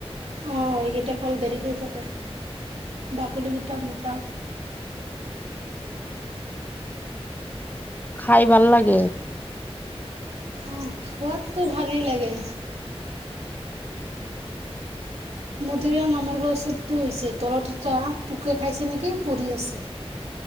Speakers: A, on the right (about 85°); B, on the left (about 15°).
A: অ এইকেইটা কল দেৰিকৈ পকে। বাকলি কেইটা মোটা।
B: খাই ভাল লাগে।
A: অ খোৱাতটো ভালেই লাগে। মদৰিীয়া মামাৰ গছৰটো হৈছে তলত এটা পোকে খাইছে নেকি পৰি আছে <inaudible>